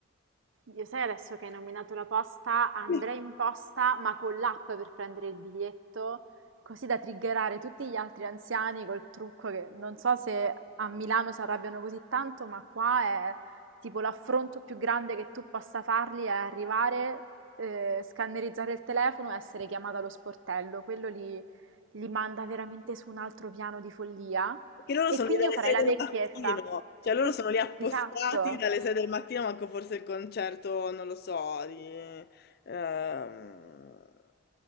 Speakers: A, on the right; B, on the left.
A: Io sai adesso che hai nominato la posta, andrei
B: <laughs>
A: in posta ma con l'app per prendere il biglietto, così da triggerare tutti gli altri anziani col trucco che non so se a Milano si arrabbiano così tanto, ma qua è tipo l'affronto più grande che tu possa fargli è arrivare, eh, scannerizzare il telefono e essere chiamata allo sportello. Quello li, li manda veramente su un altro piano di follia.
B: Perché loro
A: E
B: sono
A: quindi
B: lì dalle
A: io farei
B: 6
A: la
B: del
A: vecchietta.
B: mattino, cioè loro
A: <laughs>
B: sono lì appostati
A: Esatto.
B: dalle 6 del mattino, manco forse il concerto, non lo so, di ehm,